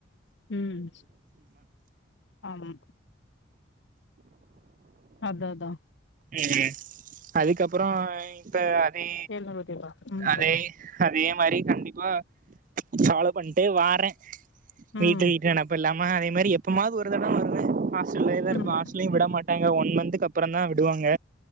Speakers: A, on the left; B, on the right.
A: உம் ஆமா அத்அதான்
B: ம் அதுக்கப்பறோ இப்போ அதே
A: எழுநூறுவாய்க்கேவா ம்
B: அதே அதே மாதிரி கண்டிப்பா ஃபால்லோ பண்ணிட்டு வறேன் வீட்டு
A: ம்
B: வீட்டு நப் இல்லாம அ அதே மாதிரி எப்பமாது ஒரு தடவ வருவ ஹாஸ்ட்டல்லே தான் இருப்ப
A: ம்
B: ஹாஸ்ட்டல்லயும் விட மாட்டாங்க ஒன் மந்த்துக்கு அப்பறம் தான் வி விடுவாங்க